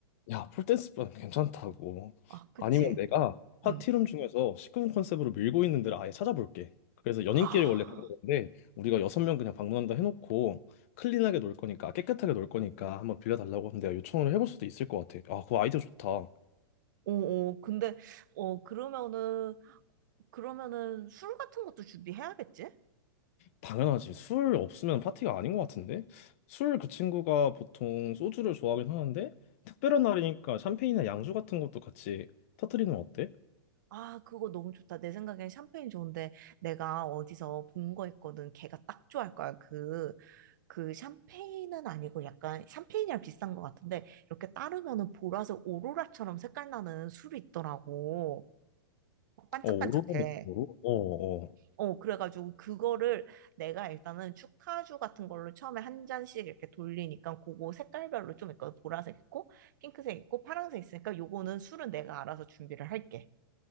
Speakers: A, on the left; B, on the right.
A: 야, 폴댄스반 괜찮다고.
B: 아, 그치.
A: 아니면 내가 파티룸
B: 응.
A: 중에서 식구금 컨셉으로 밀고 있는 데를 아예 찾아볼게. 그래서 연인끼리
B: 아,
A: 원래 가는 건데 우리가 여섯 명 그냥 방문한다 해놓고 클린하게 놀 거니까 깨끗하게 놀 거니까 한번 빌려달라고 하면 내가 요청을 해볼 수도 있을 것 같아. 아, 그 아이디어 좋다.
B: 어, 어, 근데, 어, 그러면은, 그러면은 술 같은 것도 준비해야겠지?
A: 당연하지. 술 없으면 파티가 아닌 것 같은데? 술 그 친구가 보통 소주를 좋아하긴 하는데 특별한 날이니까 샴페인이나 양주 같은 것도 같이 터트리는 건 어때?
B: 아, 그거 너무 좋다. 내 생각엔 샴페인 좋은데, 내가 어디서 본 거 있거든. 걔가 딱 좋아할 거야. 그, 그 샴페인은 아니고 약간 샴페인이랑 비싼 것 같은데, 이렇게 따르면은 보라색 오로라처럼 색깔 나는 술이 있더라고. 막 반짝반짝해.
A: 어, 오로라 느낌으로? 어, 어.
B: 어, 그래가지고 그거를 내가 일단은 축하주 같은 걸로 처음에 한 잔씩 이렇게 돌리니까 그거 색깔별로 좀 있거든. 보라색 있고, 핑크색 있고, 파란색 있으니까 요거는 술은 내가 알아서 준비를 할게.